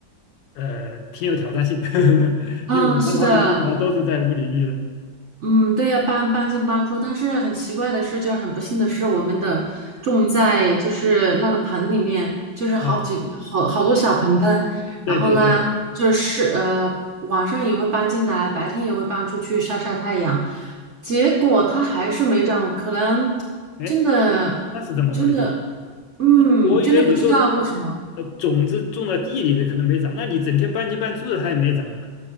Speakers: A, on the left; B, on the right.
A: 呃挺有挑战性 <laughs>
B: 啊，
A: 因为我看他们育苗都是在屋里育的
B: 是的。嗯，对呀，搬搬进搬出，但是很奇怪的是，就是很不幸的是，我们的种在就是那个盆里面，就是好几好好多小盆盆，
A: 啊，对对对，
B: 然后呢，就是呃晚上也会搬进来，白天也会搬出去晒晒太阳，结果它还是没长，可能真的真的
A: 哎，那是怎么回事？
B: 嗯真的不知道为什么，
A: 那我以为你说是呃种子种到地里的可能没长，那你整天半进半出的它也没长啊？